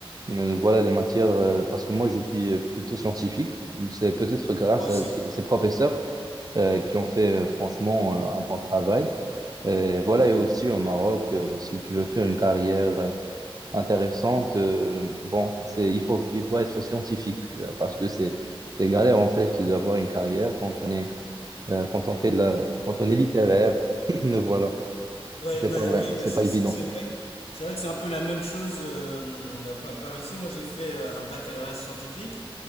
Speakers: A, on the right; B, on the left.
A: euh, voilà les matières, euh, parce que moi je suis euh, plutôt scientifique. C'est peut-être grâce
B: Moi
A: à
B: aussi.
A: ce- ces professeurs euh, qui ont fait euh, franchement euh, un bon travail. Et voilà, et aussi au Maroc, euh, si tu veux faire une carrière. euh, intéressante. euh, bon, c'est, il faut, il faut être scientifique euh, parce que c'est c'est galère en fait d'avoir une carrière quand on est, euh, quand on fait de la, quand on est littéraire. <clears throat> Voilà,
B: Ouais,
A: c'est
B: bah
A: pas vrai,
B: oui, bah
A: c'est
B: c'est
A: pas évident.
B: c'est- c'est vrai, que- c'est vrai que c'est un peu la même chose euh, par, par ici. Moi, j'ai fait euh, un baccalauréat scientifique